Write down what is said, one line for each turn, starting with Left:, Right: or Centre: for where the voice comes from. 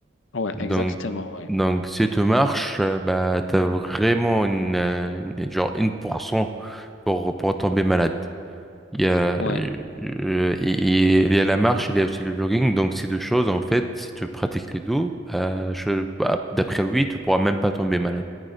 Left: ouais,
Centre: Donc
Left: exactement, ouais.
Centre: donc si tu marches, euh, bah t'as vraiment une, euh, une genre une pour cent pour pour tomber malade. Il y a,
Left: Ouais,
Centre: euh, et- et il y a la marche, il y a aussi le jogging. Donc, ces deux choses, en fait, si tu pratiques les deux, euh, je, bah, d'après lui, tu pourras même pas tomber malade.